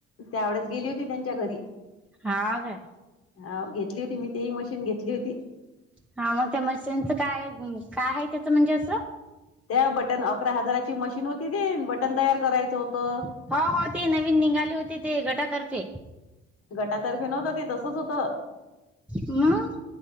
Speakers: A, on the left; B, in the centre.
A: त्यावेळेच गेली होती त्यांच्या घरी.
B: हा काय?
A: हाव घेतली होती मी, तीही मशीन घेतली होती.
B: हा, मग त्या मशीनचं काय? काय आहे त्याचं म्हणजे असं?
A: त्या बटन अकरा हजाराची मशीन होती ती, बटन तयार करायचं होतं.
B: हो हो, ती नवीन निघाली होती ते गटातर्फे.
A: गटातर्फे नव्हतं ते तसंच होतं.
B: मग